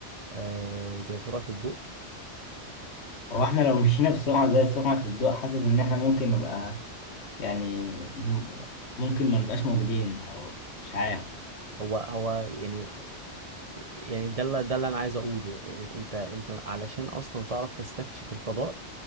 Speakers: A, on the right; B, on the left.
A: آه زي سرعة الضوء
B: هو احنا لو مشينا بسرعة زي سرعة الضوء حاسس ان احنا ممكن نبقى يعني م- يعني ممكن ما نبقاش موجودين او مش عارف
A: هو هو يعني يعني ده اللي ده اللي انا عايز اقوله انت انت علشان اصلا تعرف تستكشف الفضاء